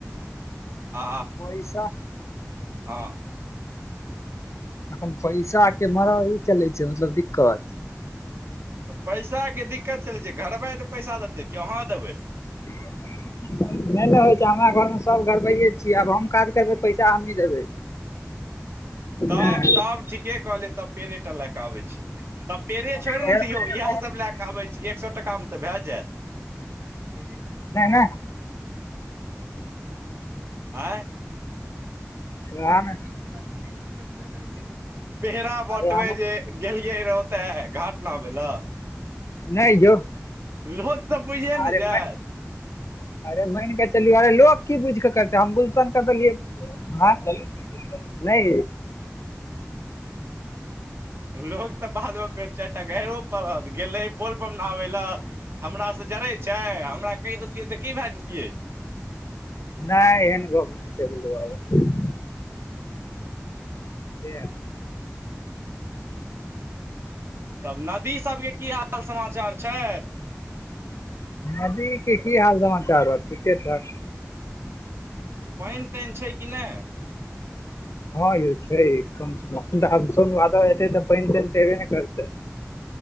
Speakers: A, on the right; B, on the left.
A: आ
B: पैसा
A: हँ
B: एखन पैसा के मर ई चलै छै। मतलब दिक्कत
A: तऽ पैसाके दिक्कत चलै छै। घरबै तऽ पैसा देतै कहाँ देबै
B: <inaudible> नहि ने होइ छै। हमरा घरमे सब गड़बैये छियै आब हम काज करबै पैसा हमहीँ देबै
A: तब
B: हँ
A: तब ठीके कॉले तब पेड़ेटा लए के आबै छी। त पेड़े छोड़
B: फेर
A: दे ने यौ
B: नहि
A: इएह सब लए कऽब छी। एक सए टका मे तऽ भए जायत रो बते रह
B: नहि
A: आँय
B: वएह
A: र
B: ने
A: रोड छै। पेरा बटबै
B: अरे हम
A: जे गेलियै रहऽ ओतेऽ घाट नहाबय लअ।
B: नै यौ।
A: लोक तऽ बुइझये ने
B: अरे
A: जेएत।
B: मै अरे मैन कऽ चलियौ अरे लोक की बुइझ कऽ करतेै हम गुलशन के दलियै। आय नै
A: लोक तऽ बादमे फेर चैरटा गैरो पड़हत गेलै बोलबम नहबै लए। हमरासँ सँ जड़ै छै हमरा कैह देतियै तऽ की भए जैतियै।
B: नहि एहन गप नै छै बोलू बाब। इया
A: तब नदी सब के की हाल समाचार छै।
B: नदी के की हाल समाचार रहतै ठीके ठाक।
A: पैन- तैन छै कि नैय।
B: हँ यौ छै कम आ हेतै तऽ पैन- तैन तऽ हेबे ने करतै।